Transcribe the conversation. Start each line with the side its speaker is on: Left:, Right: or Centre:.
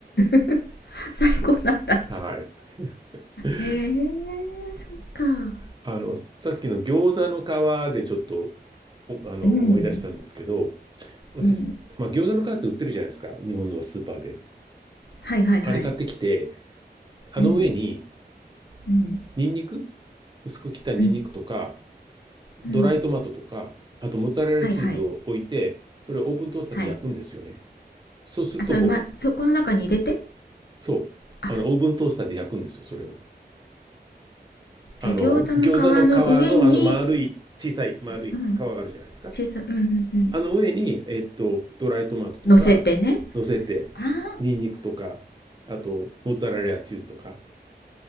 Left: <laughs> 最高なんだ。
Right: はい。<laughs>
Left: へえ、そっか。
Right: あの、さっきの餃子の皮でちょっと、おあの、
Left: うん。
Right: 思い出したんですけど、私、
Left: うん。
Right: まあ、餃子の皮って売ってるじゃないですか。日本のスーパーで。
Left: はいはいはい。
Right: あれ買ってきて、あの上に、
Left: うん。うん。
Right: ニンニク薄く切ったニンニクとか、
Left: うん。
Right: ドライトマトとか、
Left: うん。
Right: あとモッツァレラチーズを置いて、
Left: はいはい。
Right: それをオーブントースターで焼くんですよね。
Left: はい。
Right: そうするともう、
Left: あそれまそこの中に入れて
Right: そう、
Left: あ
Right: あの、オーブントースターで焼くんですよ、それを。あの、
Left: え餃子の皮の上に
Right: 餃子の皮の、あの、丸い、小さい丸い皮があるじゃないですか。
Left: うん小さうんうんうん
Right: あの上に、えっと、ドライトマトとか乗せて、
Left: 乗せてねああ
Right: ニンニクとか、あと、モッツァレラチーズとか、